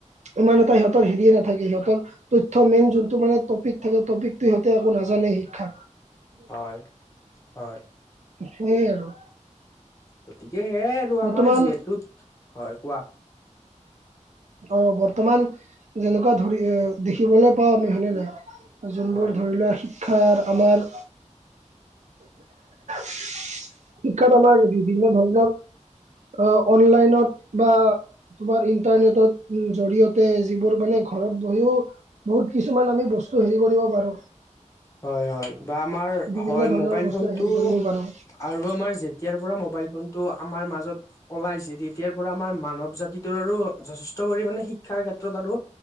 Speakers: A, on the right; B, on the left.
A: ইমান এটা সিহঁতৰ হেৰিয়ে নাথাকে সিহঁতৰ তথ্য মেইন যোনটো মানে টপিক থাকে, টপিকটো সিহঁতে একো নাজানে শিক্ষাৰ।
B: হয়, হয়।
A: সেইয়াই আৰু।
B: গতিকে সেয়াই আৰু
A: বৰ্তমান
B: আমাৰ যিহেতুত, হয় কোৱা?
A: অ, বৰ্তমান যেনেকুৱা ধৰি এ, দেখিবলৈ পাও আমি হয় নে নহয়। যোনবোৰ
B: হয়
A: ধৰি লোৱা শিক্ষাৰ আমাৰ শিক্ষাত আমাৰ বিভিন্ন ধৰণৰ অ', অনলাইনত বা তোমাৰ ইন্টাৰনেটত জৰিয়তে যিবোৰ মানে ঘৰত বহিও, বহুত কিছুমান আমি বস্তু হেৰি কৰিব পাৰো।
B: হয়, হয় বা আমাৰ
A: বিভিন্ন
B: হয়,
A: ধৰণৰ
B: মোবাইল
A: বস্তু
B: ফোনটো
A: হেৰি কৰিব পাৰোঁ
B: আৰু আমাৰ যেতিয়াৰ পৰা মোবাইল ফোনটো আমাৰ মাজত ওলাইছে, তেতিয়াৰ পৰা আমাৰ মানৱ জাতিটোৰ আৰু যথেষ্ট পৰিমানে শিক্ষাৰ ক্ষেত্ৰত আৰু